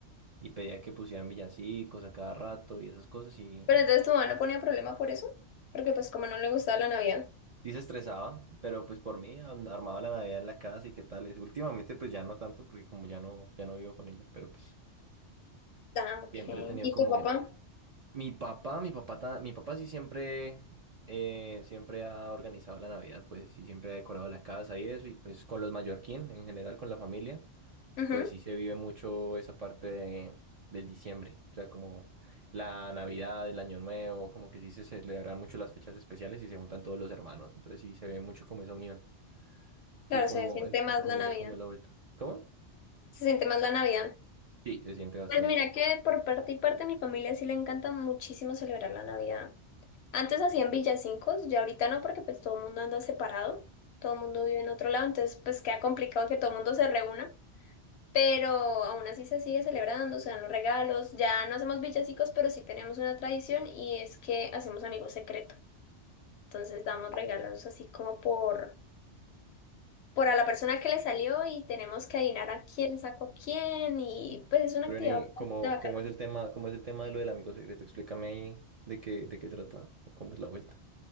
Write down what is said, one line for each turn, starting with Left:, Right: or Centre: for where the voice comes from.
Right: y pedía que pusieran villancicos a cada rato y esas cosas y
Left: Pero entonces tu mamá no ponía problema por eso, porque pues como no le gustaba la Navidad.
Right: Sí se estresaba, pero pues por mí am- armaba la Navidad en la casa y qué tal. es. Últimamente pues ya no tanto porque como ya no, ya no vivo con ella, pero pues
Left: Ah, ok.
Right: siempre he tenido
Left: ¿Y
Right: como...
Left: tu papá?
Right: Mi papá, mi papá, ta- mi papá sí siempre, eh, siempre ha organizado la Navidad, pues sí siempre ha decorado la casa y eso, y pues con los mallorquín en general, con la familia,
Left: Ujú.
Right: pues sí se vive mucho esa parte de- del diciembre, o sea, como la Navidad, el Año Nuevo, como que sí se celebran mucho las fechas especiales y se juntan todos los hermanos, entonces sí se ve mucho como esa unión. ¿Tú
Left: Claro,
Right: cómo,
Left: se siente
Right: en,
Left: más
Right: en tu familia,
Left: la Navidad.
Right: cómo es la vuelta? ¿Cómo?
Left: Se siente más la Navidad.
Right: Sí, se siente bastante.
Left: Pues mira que por parte y parte de mi familia sí le encanta muchísimo celebrar la Navidad. Antes hacían villancicos, ya ahorita no, porque pues todo el mundo anda separado, todo el mundo vive en otro lado, entonces pues queda complicado que todo el mundo se reúna. Pero aún así se sigue celebrando, se dan los regalos, ya no hacemos villancicos, pero sí tenemos una tradición y es que hacemos amigos secretos. Entonces damos regalos así como por, por a la persona que le salió y tenemos que adivinar a quién sacó quién y pues es una
Right: Pero
Left: actividad
Right: Reni,
Left: bastante
Right: ¿cómo,
Left: bacana.
Right: cómo es el tema, cómo es el tema de lo del amigo secreto? Explícame ahí de qué, de qué trata, o cómo es la vuelta.